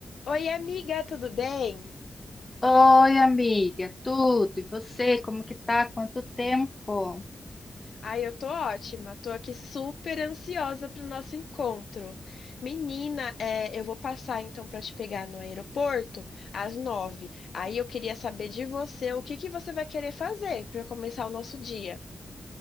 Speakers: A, on the left; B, on the left.
A: Oi, amiga, tudo bem?
B: Oi, amiga, tudo? E você, como que tá? Quanto tempo?
A: Ai, eu tô ótima, tô aqui super ansiosa pro nosso encontro. Menina, é, eu vou passar então pra te pegar no aeroporto às nove. Aí eu queria saber de você o que que você vai querer fazer pra começar o nosso dia.